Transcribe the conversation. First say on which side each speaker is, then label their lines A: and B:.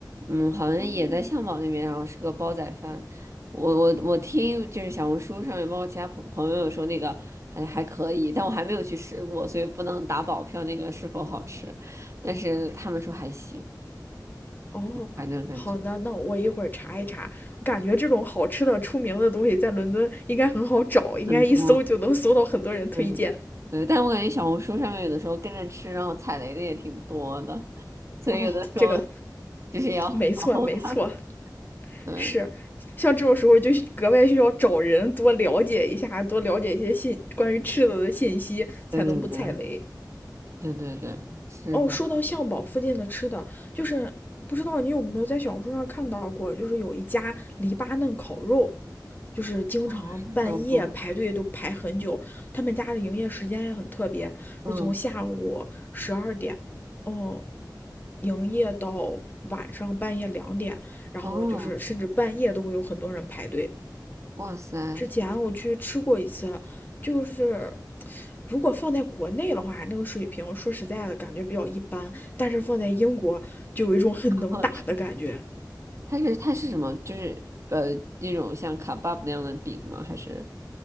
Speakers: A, on the right; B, on the left.
A: 嗯，好像也在象堡那边，
B: 哦，
A: 然后是个煲仔饭。我我我听就是小红书上面，包括其他朋朋友有说那个还还可以，但我还没有去吃过，所以不能打保票那个是否好吃。但是他们说还行，
B: 哦，
A: 反正感觉
B: 好的，那我一会儿查一查。我感觉这种好吃的、出名的东西在伦敦应该很好找，应该一搜就能搜到很多人推荐。
A: 很多。对对，但我感觉小红书上面有的时候跟着吃，然后踩雷的也挺多的，所以有的时候
B: 哦，这个
A: 就是要 <laughs>
B: 没错，
A: 好好看。
B: 没错，
A: 嗯，
B: 是像这种时候就格外需要找人多了解一下，多了解一些信关于吃的的信息，才能不踩雷。
A: 对对对对对对，是的，
B: 哦，说到象堡附近的吃的，就是不知道你有没有在小红书上看到过，就是有一家黎巴嫩烤肉，就是经常半夜排队都排很久。
A: 哦，生老公，
B: 他们家的营业时间也很特别，
A: 嗯，
B: 是从下午十二点，嗯营业到晚上半夜两点，然后就是甚至半夜都会有很多人排队。
A: 哦，哇塞，
B: 之前我去吃过一次，就是如果放在国内的话，那个水平说实在的感觉比较一般，但是放在英国就有一种很能打的感觉。
A: 好好吃。它是它是什么？就是呃那种像卡巴布那样的饼吗？还是